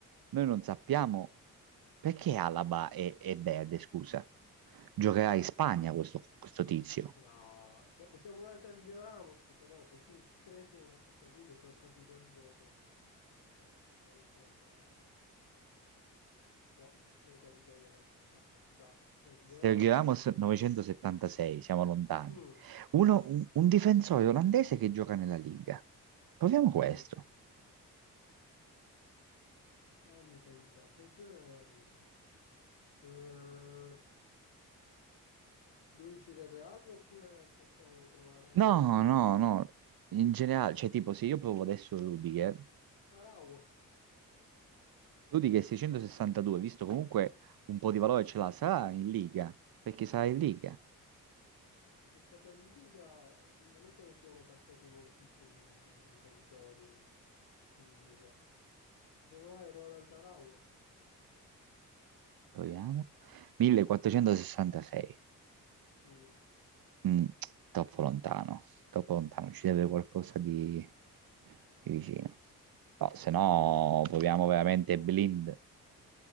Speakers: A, on the right; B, on the left.
A: noi non sappiamo perché Alaba è, è verde, scusa. Giocherà in Spagna questo, questo tizio.
B: No, cioè possiamo provare Sergio Ramos, però non <laughs> credo che a questo punto, se ho capito il gioco, eh, insomma, no, non Sergio Aguero, se- eh, esatto, Sergio
A: Sergio
B: Ramos.
A: Ramos 976, siamo lontani.
B: Mm,
A: Uno- un un difensore olandese che gioca nella Liga. Proviamo questo.
B: mm. Fammi pensare, che gioca nella Liga? Eh, 12 del Real oppure possiamo provare
A: No,
B: anche fuori?
A: no, no. In generale, cioè tipo se io provo adesso Rudiger,
B: Arau,
A: Rudiger 662, visto comunque un po' di valore ce l'ha, sarà
B: vabbè,
A: in Liga, perché sarà in Liga.
B: ma se è stata in Liga non è che ne siano passati moltissimi di, di difensori in Liga. Possiamo provare Roald Dahl?
A: Proviamo. 1466.
B: Mm,
A: Mm, troppo lontano, troppo lontano,
B: mm.
A: ci deve qualcosa di, di vicino. No, se no
B: Ah,
A: proviamo veramente
B: che palle.
A: blind.